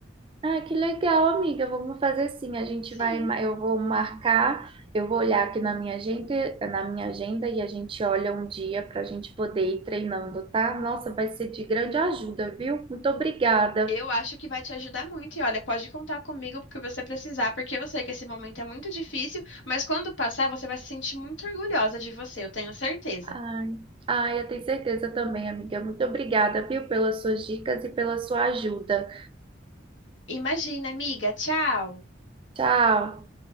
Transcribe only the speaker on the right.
Ah, que legal, amiga. Vamos fazer assim. A gente
vai, ma- eu vou marcar, eu vou olhar aqui na minha agenda, na minha agenda e a gente olha um dia para a gente poder ir treinando, tá? Nossa, vai ser de grande ajuda, viu? Muito obrigada.
Ai, ai, eu tenho certeza também, amiga. Muito obrigada, viu, pelas suas dicas e pela sua ajuda.
Tchau.